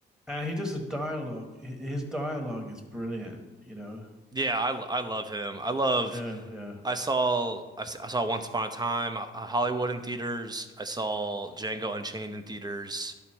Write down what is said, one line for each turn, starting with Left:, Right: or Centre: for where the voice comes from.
Centre: And he does the dialogue. His dialogue is brilliant. You know.
Right: Yeah, I, I love him. I love.
Centre: Yeah, yeah,
Right: I saw I, s- I saw Once Upon a Time, uh, Hollywood in theaters. I saw Django Unchained in theaters.